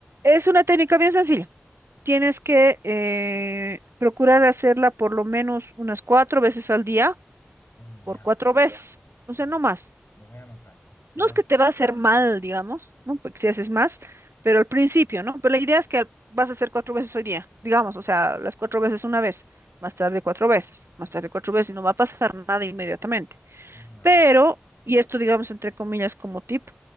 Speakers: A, on the right (about 90°); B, on the left (about 70°).
A: Es una técnica bien sencilla. Tienes que eh, procurar hacerla por lo menos unas cuatro veces al día
B: Uy,
A: por
B: ya,
A: cuatro veces, o sea,
B: ya.
A: no más.
B: Lo voy a anotar. Esperamos.
A: No es que te va a hacer mal, digamos, ¿no? Porque si haces más, pero al principio, ¿no? Pero la idea es que al- vas a hacer cuatro veces hoy día, digamos, o sea, las cuatro veces una vez, más tarde cuatro veces, más tarde cuatro veces, y no va a pasar nada inmediatamente.
B: Ya.
A: Pero, y esto, digamos, entre comillas, como tip,